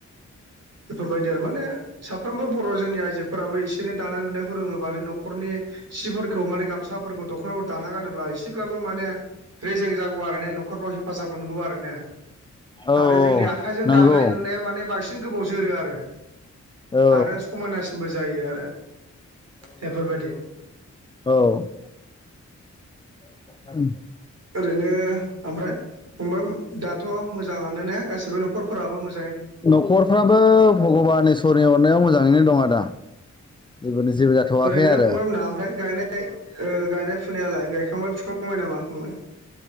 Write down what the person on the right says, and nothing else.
बेफोरबायदि आरो माने साफ्रोमबो बर' जोंनि आइजोफोराबो एसे एनै दानाय लुनाय फोरोङोबानो न'खरनिफोरखौ मानि गामसाफोरखौ दख'नाफोरखौ दाना गानो अब्ला एसेब्लाबो माने रेजें जागौ आरो ने न'खरफ्राव हेफाजाब मोनगौ आरो ने
आरो
जोंनि आखाइजों
दानाय लुनाया माने बांसिन गोबाव जोरो आरो
आरो समायनासिनबो जायो आरो बेफोरबायदि,
ओरैनो ओमफ्राय फंबाय दाथ' मोजाङानो ने गासिबो न'खरफोराबो मोज
ओरैनो
फंबाय मोना ओमफ्राय गायनाय ओ गायनाय फुनायालाय गायखांबाय फु फुखाबाय नामा? फंबाय।